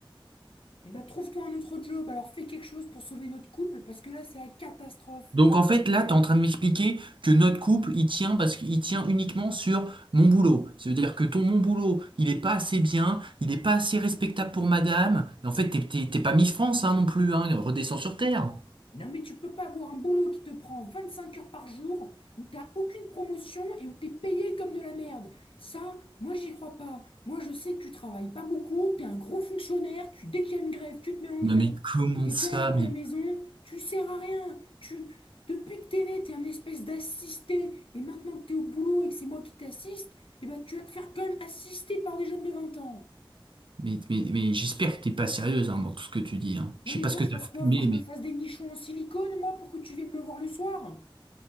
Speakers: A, on the left; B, on the right.
A: Et bah, trouve-toi un autre job, alors fais quelque chose pour sauver notre couple, parce que là, c'est la catastrophe.
B: Donc en fait, là, t'es en train de m'expliquer que notre couple, il tient parce qu'il tient uniquement sur mon boulot. Ça veut dire que ton mon boulot, il est pas assez bien, il est pas assez respectable pour madame. Et en fait, t'es t'es- t'es pas Miss France, hein, non plus, hein. Redescends sur Terre.
A: Non, mais tu peux pas avoir un boulot qui te prend 25 heures par jour, où t'as aucune promotion et où t'es payé comme de la merde. Ça, moi j'y crois pas. Moi je sais que tu travailles pas beaucoup, t'es un gros fonctionnaire, tu, dès qu'il y a une grève, tu te mets en grève.
B: Non mais comment
A: Et t'es
B: ça?
A: quand même par
B: Mais,
A: la maison, tu sers à rien. Tu, depuis que t'es né, t'es un espèce d'assisté. Et maintenant que t'es au boulot et que c'est moi qui t'assiste, eh ben, tu vas te faire quand même assister par des jeunes de 20 ans.
B: mais, mais, mais j'espère que t'es pas sérieuse hein, dans tout ce que tu dis. Hein. Je
A: Non
B: sais
A: mais
B: pas ce
A: faut
B: que
A: que
B: t'as
A: je fasse quoi?
B: fumé,
A: Faut que je
B: mais.
A: me fasse des nichons en silicone, moi, pour que tu viennes me voir le soir?